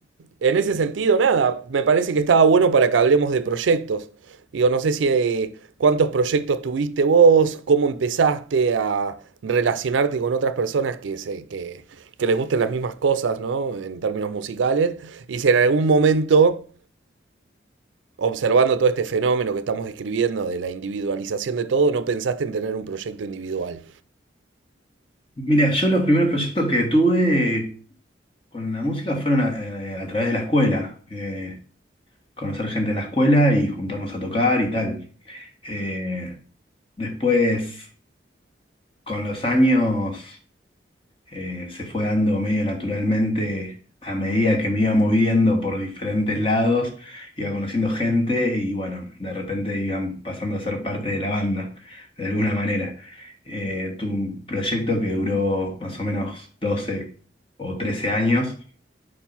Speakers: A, on the right; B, on the left.
A: en ese sentido, nada, me parece que estaba bueno para que hablemos de proyectos. Digo, no sé si eh, cuántos proyectos tuviste vos, cómo empezaste a relacionarte con otras personas que, se, que, que les gusten las mismas cosas, ¿no? En términos musicales. Y si en algún momento, observando todo este fenómeno que estamos describiendo de la individualización de todo, no pensaste en tener un proyecto individual.
B: Mira, yo los primeros proyectos que tuve con la música fueron a, eh, a través de la escuela. eh, conocer gente en la escuela y juntarnos a tocar y tal. Eh, después, con los años. eh, se fue dando medio naturalmente a medida que me iba moviendo por diferentes lados, iba conociendo gente y bueno, de repente iban pasando a ser parte de la banda, de alguna manera. Eh, tuve un proyecto que duró más o menos 12 o 13 años,